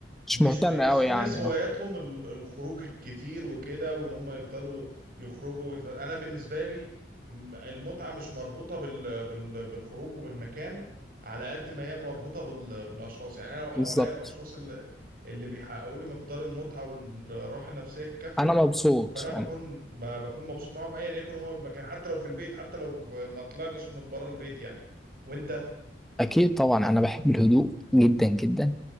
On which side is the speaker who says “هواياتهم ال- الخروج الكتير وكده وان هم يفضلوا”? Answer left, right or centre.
Right